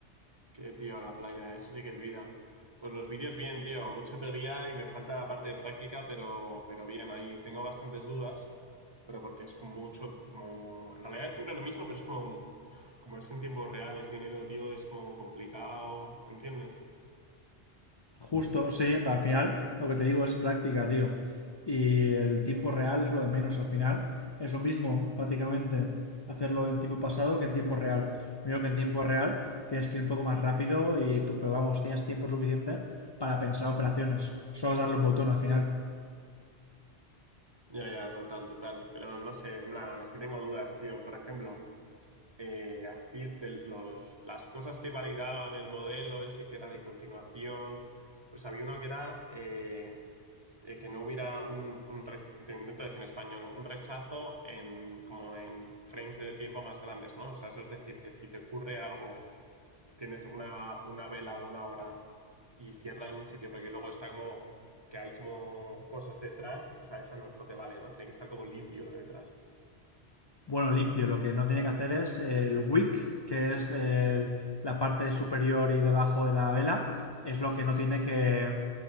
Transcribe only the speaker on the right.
Qué tío, la playa, eso sí que es vida. Pues los vídeos bien, tío, mucha teoría y me falta la parte de práctica, pero, pero bien, ahí tengo bastantes dudas, pero porque es mucho, como, en realidad es siempre lo mismo, pero es como, como es en tiempo real, es dinero, tío, es como complicado, ¿entiendes?
Ya, ya, total, total, pero no sé, en plan, aún así tengo dudas, tío, por ejemplo. eh, así de los, las cosas que validaban el modelo ese que era de continuación, pues había uno que era eh, eh, que no hubiera un, un te intento decir en español, un rechazo en como en frames de tiempo más grandes, ¿no? O sea, eso es decir, que si te ocurre algo, tienes una, una vela de una hora y cierra en un sitio, porque luego está como que hay como cosas detrás, o sea, esa no, no te vale, ¿no? Tiene que estar como limpio lo de detrás.